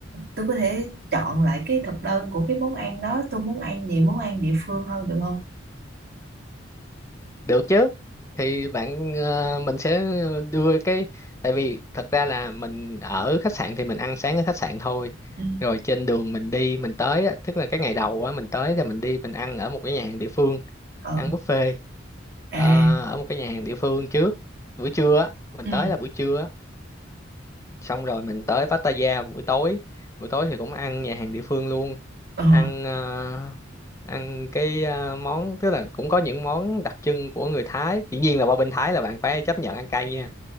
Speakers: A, on the right; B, on the left.
A: Tôi có thể chọn lại cái thực đơn của cái món ăn đó Tôi muốn ăn nhiều món ăn địa phương hơn được không
B: Được chứ. Thì bạn ờ, mình sẽ đưa cái tại vì thật ra là mình ở khách sạn thì mình ăn sáng ở khách sạn thôi.
A: Ừ
B: Rồi trên đường mình đi mình tới á, tức là cái ngày đầu á mình tới thì mình đi mình ăn ở một cái nhà hàng địa phương,
A: Ừ
B: ăn buffet
A: À
B: ờ, ở một cái nhà hàng địa phương trước. Buổi trưa á, mình
A: Ừ
B: tới là buổi trưa á, xong rồi mình tới Pattaya buổi tối buổi tối thì cũng ăn nhà hàng địa phương luôn
A: Ừ Ờ
B: ăn ờ, ăn cái ờ, món tức là cũng có những món đặc trưng của người Thái dĩ nhiên là qua bên Thái là bạn phải chấp nhận ăn cay nha